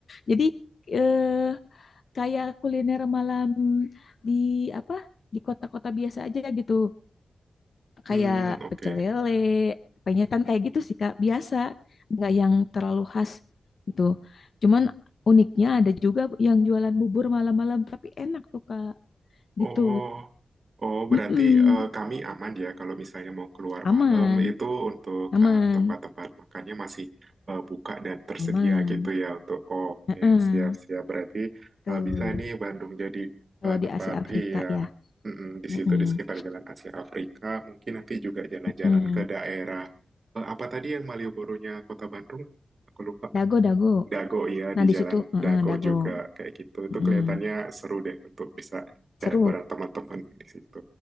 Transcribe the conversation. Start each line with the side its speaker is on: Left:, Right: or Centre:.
Left: Jadi eh, kayak kuliner malam di apa? di kota-kota biasa aja gitu. Kayak
Right: Hmm, oke.
Left: pecel lele, penyetan kayak gitu sih Kak, biasa, nggak yang terlalu khas gitu. Cuman uniknya ada juga yang jualan bubur malam-malam tapi enak tuh Kak, gitu.
Right: Oh, oh berarti
Left: Mm-mm.
Right: eh, kami aman ya kalau misalnya mau keluar
Left: Aman,
Right: malam itu untuk
Left: aman,
Right: eh, tempat-tempat makannya masih eh, buka dan tersedia
Left: aman.
Right: gitu ya untuk oh, oke
Left: Heeh,
Right: siap-siap berarti
Left: Tuh,
Right: eh, bisa nih Bandung jadi
Left: kalau
Right: eh, tempat
Left: di Asia Afrika
Right: iya
Left: ya.
Right: mm-mm, di
Left: Heeh,
Right: situ di sekitar Jalan Asia Afrika mungkin nanti juga jalan-jalan
Left: heeh.
Right: ke daerah eh, apa tadi yang Malioboro-nya Kota Bandung aku lupa
Left: Dago, dago.
Right: Dago ya
Left: Nah,
Right: di
Left: di
Right: jalan
Left: situ heeh,
Right: Dago
Left: dago.
Right: juga kayak gitu itu
Left: Heeh.
Right: kelihatannya seru deh untuk bisa
Left: Seru.
Right: jalan bareng teman-teman di situ.